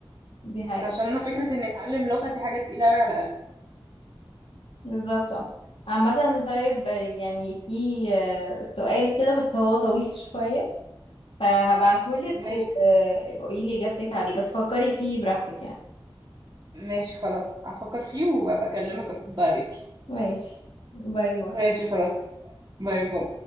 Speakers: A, on the left (about 75°); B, on the right (about 35°).
A: دي حقيقة
B: عشان انا فكرة اني اتعلم لغة دي حاجة تقيلة قوي على قلبي
A: بالظبط اه عامة طيب يعني في آه، سؤال كده بس هو طويل <laughs> شوية فهبعتهولك
B: ماشي
A: وقولي لي إجابتك عليه بس فكري فيه براحتك يعني
B: ماشي خلاص افكر فيه وابقى اكلمك ارد عليكي
A: ماشي باي باي
B: ماشي خلاص اتفقنا باي باي